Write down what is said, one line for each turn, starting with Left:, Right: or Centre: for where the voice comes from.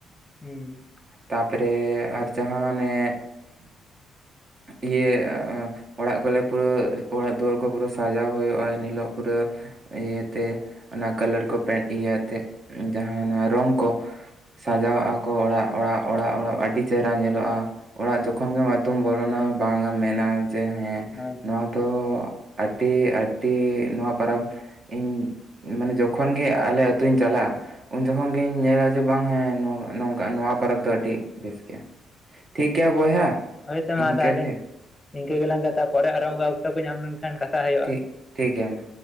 Left: ᱦᱩᱸ
Right: ᱛᱟᱯᱚᱨᱮ ᱟᱨ ᱡᱟᱦᱟᱸ ᱚᱱᱮ ᱤᱭᱟᱹ ᱚᱲᱟᱜ ᱠᱚᱞᱮ ᱯᱩᱨᱟᱹ ᱚᱲᱟᱜ ᱫᱩᱣᱟᱹᱨ ᱠᱚ ᱯᱩᱨᱟᱹ ᱥᱟᱡᱟᱣ ᱦᱩᱭᱩᱜ-ᱟ ᱮᱱᱦᱤᱞᱳᱜ ᱯᱩᱨᱟᱹ ᱤᱭᱟᱹᱛᱮ ᱚᱱᱟ ᱠᱟᱞᱟᱨ ᱠᱚ ᱤᱭᱟᱹᱛᱮ ᱡᱟᱦᱟᱱᱟᱜ ᱨᱚᱝ ᱠᱚ ᱥᱟᱡᱟᱣᱟᱜ ᱟ ᱜᱶᱭᱨᱭᱢᱠᱚ ᱚᱲᱟᱜ ᱚᱲᱟᱜ ᱚᱲᱟᱜ ᱚᱲᱟᱜ ᱟᱹᱰᱤ ᱪᱮᱦᱨᱟ ᱧᱮᱞᱚᱜᱼᱟ ᱚᱲᱟᱜ ᱡᱚᱠᱷᱚᱱ ᱜᱮ ᱵᱚᱞᱚᱱᱟ ᱵᱟᱝ ᱮᱢ ᱢᱮᱱᱟ ᱡᱮ ᱦᱮᱸ
Left: ᱦᱳᱭ
Right: ᱱᱚᱣᱟ ᱫᱚ ᱟᱹᱰᱤ ᱟᱹᱰᱤ ᱱᱚᱣᱟ ᱯᱚᱨᱚᱵᱽ ᱤᱧ ᱢᱟᱱᱮ ᱡᱚᱠᱷᱚᱱ ᱜᱮ ᱟᱞᱮ ᱟᱹᱛᱩᱧ ᱪᱟᱞᱟᱜ-ᱟ ᱩᱱ ᱡᱚᱠᱷᱚᱱ ᱜᱤᱧ ᱧᱮᱞᱟ ᱡᱮ ᱵᱟᱝ ᱦᱮᱸ ᱱᱚᱣᱟ ᱯᱚᱨᱚᱵᱽ ᱫᱚ ᱟᱹᱰᱤ ᱵᱮᱥ ᱜᱮᱭᱟ᱾ ᱴᱷᱤᱠ ᱜᱮᱭᱟ ᱵᱚᱭᱦᱟ᱾
Left: ᱦᱳᱭᱛᱚ ᱢᱟ
Right: ᱤᱱᱠᱟᱹᱜᱮ
Left: ᱛᱟᱦᱚᱞᱮ ᱤᱱᱠᱟᱹ ᱜᱮᱞᱟᱝ ᱠᱟᱛᱷᱟ ᱯᱚᱨᱮ ᱟᱨᱚ ᱚᱱᱠᱟ ᱚᱠᱛᱚ ᱠᱚ ᱧᱟᱢ ᱞᱮᱱᱠᱷᱟᱱ ᱠᱟᱛᱷᱟ ᱦᱩᱭᱩᱜ-ᱟ᱾
Right: ᱴᱷᱤᱠ ᱴᱷᱤᱠ ᱜᱮᱭᱟ ᱢᱟ᱾